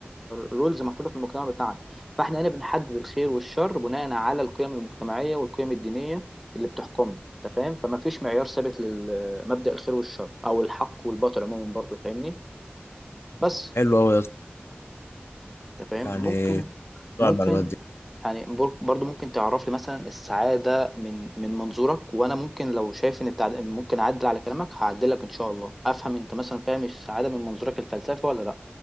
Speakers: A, in the centre; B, on the left.
A: رولز محطوطه في المجتمع بتاعنا فاحنا هنا بنحدد الخير والشر بناء على القيم المجتمعيه والقيم الدينيه اللي بتحكمنا انت فاهم فما فيش معيار ثابت لمبدأ الخير والشر او الحق والباطل عموما برضو فاهمني بس
B: حلو قوي يا اسطى
A: انت فاهم
B: يعني
A: ممكن
B: طبعا
A: ممكن
B: المعلومات دي
A: يعني بر- برضو ممكن تعرف لي مثلا السعادة من من منظورك وانا ممكن لو شايف ان التعد... ممكن اعدل على كلامك هعدلك ان شاء الله افهم انت مثلا فاهم السعادة من منظورك الفلسفي ولا لا